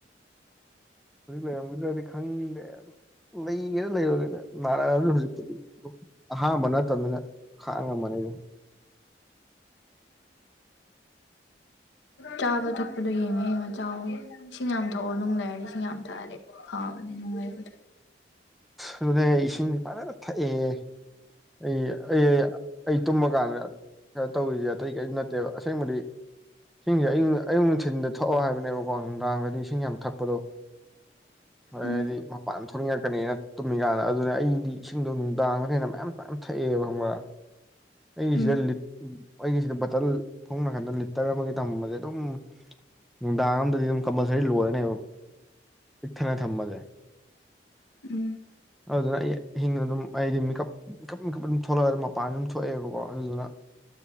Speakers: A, in the centre; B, on the left.
A: ꯍꯧꯖꯤꯛ ꯂꯩꯔꯝꯒꯗ꯭ꯔꯗꯤ ꯈꯪꯗꯦ ꯑꯗꯨ ꯂꯩꯒꯦꯔ ꯂꯩꯔꯣꯏꯒꯦꯔ ꯅꯥꯔꯛꯑꯁꯨ ꯍꯧꯖꯤꯛꯄꯨꯗꯤ ꯑꯍꯥꯟꯕ ꯅꯠꯇꯕꯅꯤꯅ ꯈꯥꯡꯉꯝꯃꯅꯦ ꯗ
B: ꯆꯥꯕ ꯊꯛꯄꯗꯣ ꯌꯦꯡꯉ ꯌꯦꯡꯉ ꯆꯥꯑꯣ ꯏꯁꯤꯡ ꯌꯥꯝ ꯊꯛꯑꯣ ꯅꯨꯡ ꯂꯩꯔꯗꯤ ꯏꯁꯤꯡ ꯌꯥꯝ ꯊꯛꯑꯗꯤ ꯐꯕꯅꯦ ꯅꯨꯉꯥꯏꯕꯗꯨ
A: ꯑꯗꯒꯨꯝꯕꯥ ꯅꯦ ꯏꯁꯤꯡꯗꯤ ꯐꯖꯅ ꯊꯛꯑꯦꯌꯦ ꯑꯩ ꯑꯩ ꯑꯩ ꯇꯨꯝꯃ ꯀꯥꯟꯗ ꯇꯧꯔꯤꯁꯦ ꯑꯇꯩ ꯀꯩꯝ ꯅꯠꯇꯦꯕ ꯑꯁꯦꯡꯕꯗꯤ ꯏꯁꯤꯡꯁꯦ ꯑꯌꯨꯛ ꯑꯌꯨꯛ ꯅꯨꯡꯊꯤꯟꯗ ꯊꯛꯑꯣ ꯍꯥꯏꯕꯅꯦꯕ ꯀꯣ ꯅꯨꯡꯗꯥꯡꯗꯗꯤ ꯏꯁꯤꯡ ꯌꯥꯝ ꯊꯛꯄꯗꯣ ꯍꯣꯏ
B: ꯎꯝ
A: ꯍꯥꯏꯗꯤ ꯃꯄꯥꯟ ꯊꯣꯛꯅꯤꯡꯉꯛꯀꯅꯦꯅ ꯇꯨꯝꯃꯤꯀꯥꯟꯗ ꯑꯗꯨꯅꯦ ꯑꯩꯗꯤ ꯏꯁꯤꯡꯗꯣ ꯅꯨꯡꯗꯥꯡꯗ ꯍꯦꯟꯅ ꯃꯌꯥꯝ ꯃꯌꯥꯝ ꯊꯛꯑꯦꯕ ꯈꯪꯕ꯭ꯔꯥ ꯑꯩꯒꯤꯁꯤꯗ
B: ꯎꯝ
A: ꯂꯤꯠ ꯑꯩꯒꯤꯁꯤꯗ ꯕꯇꯜ ꯐꯃꯨꯡ ꯅꯥꯀꯟꯗ ꯂꯤꯇꯔ ꯑꯃꯒꯤ ꯊꯝꯕꯁꯦ ꯑꯗꯨꯝ ꯅꯨꯡꯗꯥꯡ ꯑꯝꯗꯗꯤ ꯑꯗꯨꯝ ꯀꯝꯄꯜꯁꯔꯤ ꯂꯣꯏꯔꯅꯦꯕ ꯄꯤꯛꯊꯟꯅ ꯊꯝꯕꯁꯦ
B: ꯎꯝ
A: ꯑꯗꯨꯅ ꯑꯩ ꯑꯍꯤꯡ ꯑꯗꯨꯝ ꯑꯩꯗꯤ ꯃꯤꯀꯞ ꯃꯤꯀꯞ ꯃꯤꯀꯞ ꯑꯗꯨꯝ ꯊꯣꯛꯂꯛꯑ ꯃꯄꯥꯟꯗ ꯑꯗꯨꯝ ꯊꯣꯛꯑꯦꯕꯀꯣ ꯑꯗꯨꯗꯨꯅ